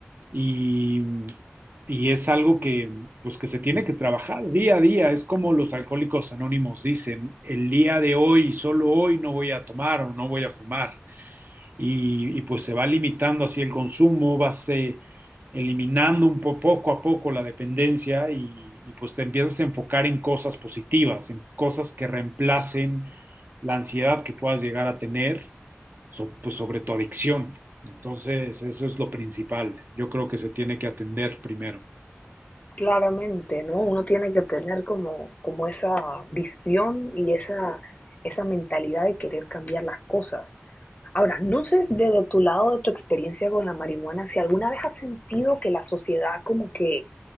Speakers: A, on the right; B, on the left.
A: Y, mm, y es algo que, pues, que se tiene que trabajar día a día. Es como los alcohólicos anónimos dicen, el día de hoy, solo hoy no voy a tomar o no voy a fumar y, y, pues se va limitando así el consumo, vas eh, eliminando un po- poco a poco la dependencia y, y, pues te empiezas a enfocar en cosas positivas, en cosas que reemplacen la ansiedad que puedas llegar a tener, so- pues sobre tu adicción. Entonces, eso es lo principal. Yo creo que se tiene que atender primero.
B: Claramente, ¿no? Uno tiene que tener como, como esa visión y esa, esa mentalidad de querer cambiar las cosas. Ahora, no sé desde tu lado, de tu experiencia con la marihuana, si alguna vez has sentido que la sociedad como que